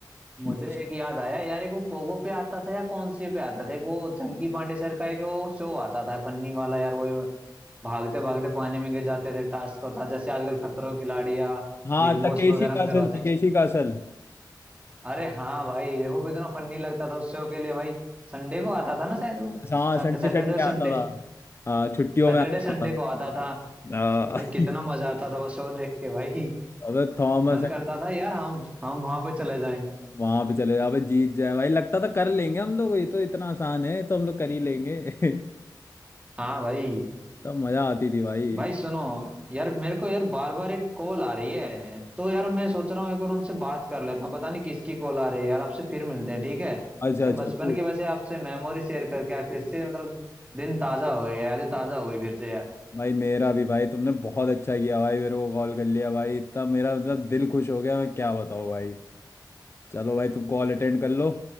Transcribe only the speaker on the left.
बस-
हाँ
तकेशी
का
असल
तकेशी
का असल
हाँ
संडे
संडे
आता था हाँ छुट्टियों
में आता
था
हाँ।
<laughs>
अबे थॉमस
वहां पे चले जाओ अबे जीत जाए भाई लगता था कर लेंगे हम लोग ये तो इतना आसान है तो हम लोग कर ही लेंगे <laughs>
तब मजा आती थी भाई
अच्छा अच्छा
कोई
भाई मेरा भी भाई तुमने बहुत अच्छा किया भाई मेरे को कॉल कर लिया भाई तब मेरा मतलब दिल खुश हो गया मैं क्या बताऊँ भाई चलो भाई तुम कॉल अटेंड कर लो